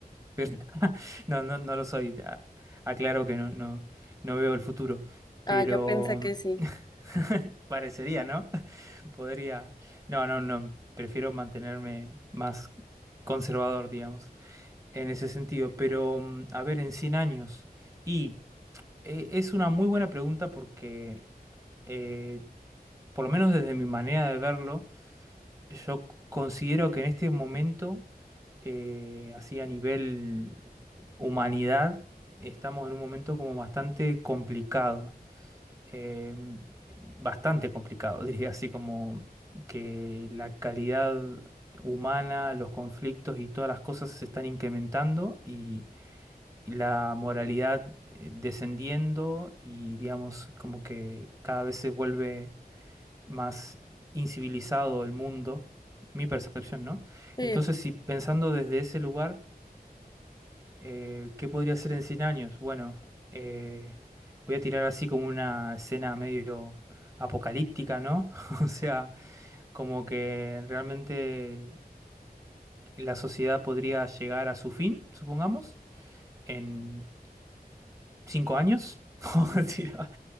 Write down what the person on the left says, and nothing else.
Ah, yo pensé que sí.
Sí.